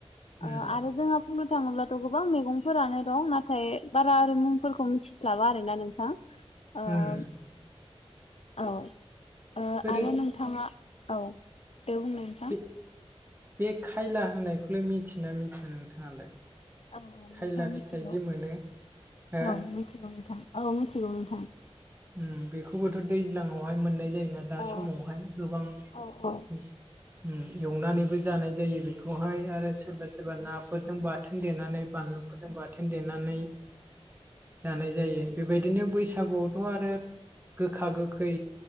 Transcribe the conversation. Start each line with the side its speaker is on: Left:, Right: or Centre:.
Left: ओ
Right: उम
Left: आरो जोंहा बुंनो थाङोब्लाथ' गोबां मैगंफोरानो दं नाथाय बारा आरै मुंफोरखौ मिथि स्लाबा आरोना नोंथां। ओम
Right: उम
Left: ओ ओ
Right: ओरै
Left: आरो नों थाङा ओव बे मोन
Right: बे बे खायला होननायखौलाय मिथियौना मिथिया नोंथाङालाय?
Left: ओ ओव
Right: खायला
Left: नोंथां मिथिगौ
Right: फिथाइ जे मोनो हो
Left: औ मिथिगौ नोंथां औ मिथिगौ नोंथां।
Right: उम बेखौबोथ' दैज्लाङावहाय मोननाय जायोना दा
Left: औ
Right: समावहाय गोबां
Left: औ औ
Right: उम एवनानैबो जानाय जायो बेखौहाय आरो सोरबा सोरबा नाफोरजों बाथो थोन देनानै बानलुफोरजों बाथोन देनानै जानाय जायो। बेबायदिनो बैसागुआव थ' आरो गोखा गोखै